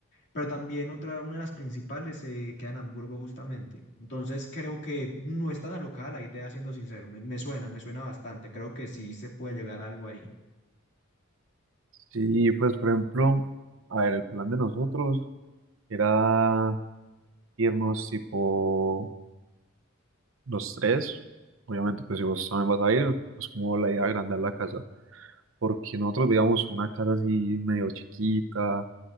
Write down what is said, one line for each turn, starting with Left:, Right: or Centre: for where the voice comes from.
Left: Pero también otra, una de las principales se queda en Hamburgo justamente. Entonces creo que no es tan alocada la idea, siendo sincero. Me, me suena, me suena bastante. Creo que sí se puede llegar a algo ahí.
Right: Sí, pues por ejemplo, a ver, el plan de nosotros era irnos tipo los tres, obviamente, pues si vos también vas a ir, pues como la idea de agrandar la casa, porque nosotros veíamos una casa así medio chiquita,